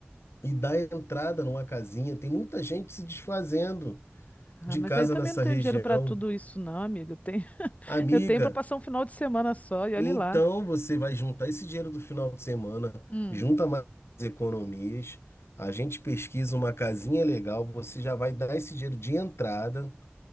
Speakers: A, on the left (about 90°); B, on the left (about 35°).
A: e dá entrada numa casinha. Tem muita gente se desfazendo
B: Ah,
A: de
B: mas
A: casa
B: eu também
A: nessa
B: não tenho
A: região.
B: dinheiro para tudo isso, não, amiga. Eu tenho, <laughs>
A: Amiga.
B: eu tenho para passar um final de semana só e olhe
A: E Então
B: lá.
A: você vai juntar esse dinheiro do final de semana,
B: Hum.
A: junta mais economias, a gente pesquisa uma casinha legal, você já vai dar esse dinheiro de entrada